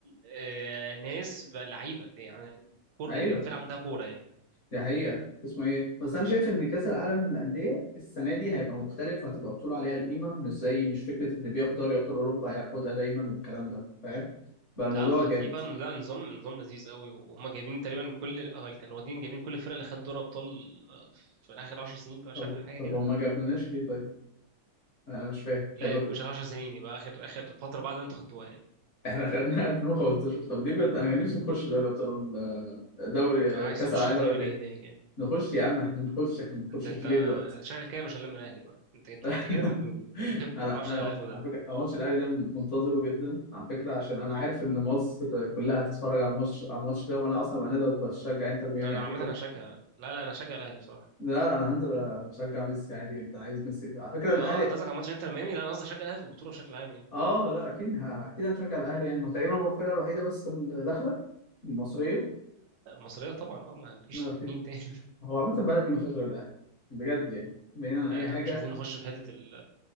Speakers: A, on the right; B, on the left.
A: آه، ناس لعيبه يعني كور-
B: ايوه
A: الفرقه عندها كوره يعني
B: دي حقيقه اسمه ايه بس انا شايف ان كاس العالم للانديه السنه دي هيبقى مختلف وهتبقى بطوله عليها القيمه مش زي مش فكره ان بياخد دوري ابطال اوروبا هياخدها دايما والكلام ده فاهم بقى الموضوع
A: لا ما
B: جامد
A: دي بقى لا نظام نظام لذيذ قوي وهم جايبين تقريبا كل اه اللي كانوا واخدين جايبين كل الفرق اللي خدت دوري ابطال آه، في اخر 10 سنين بقى
B: طب
A: شاف حاجه
B: طب
A: كده
B: هما ما جابناش ليه طيب انا مش فاهم
A: لا
B: جابوا
A: يبقى مش 10 سنين يبقى اخر اخر فتره بعد ما انتوا خدتوها يعني
B: احنا خدنا 2015 <laughs> طب ليه بجد انا كان نفسي نخش دوري ابطال ال- دوري
A: عايز
B: آه، كاس
A: تخشها
B: العالم
A: تعمل
B: للانديه
A: ايه هناك يعني
B: نخش يا عم احنا نخش احنا ما
A: انت
B: نخشش
A: انت
B: ليه دلوقتي
A: شكلك كده مش هلم الاهلي بقى انت انت,
B: <laughs>
A: انت كده مجنون <laughs> انت
B: انا
A: ما تعرفش
B: انا
A: الاهلي هياخدها
B: على فكره أنا ماتش الاهلي ده منتظره جدا على فكره عشان انا عارف ان مصر كلها هتتفرج على الماتش على الماتش ده وانا اصلا بقى نقدر بشجع انتر ميامي
A: انا
B: عادي
A: عامه
B: كده
A: هشجع لا لا انا هشجع الاهلي بصراحه
B: لا لا انا هنزل اشجع ميسي عادي جدا عايز ميسي على فكره الاهلي
A: اه انت قصدك على ماتش انتر ميامي لا انا قصدي هشجع الاهلي في البطوله بشكل عام يعني
B: اه لا اكيد ه... اكيد هنشجع الاهلي يعني هو تقريبا هو الفرقه الوحيده بس اللي داخله المصريه
A: المصريه طبعا اه ما ما فيش
B: ما فيش
A: مين تاني
B: هو عامة البلد دي ما فيهاش غير الأهلي بجد يعني بعيدا عن
A: لا
B: أي
A: لا
B: حاجة
A: مش عايزين نخش في حتة ال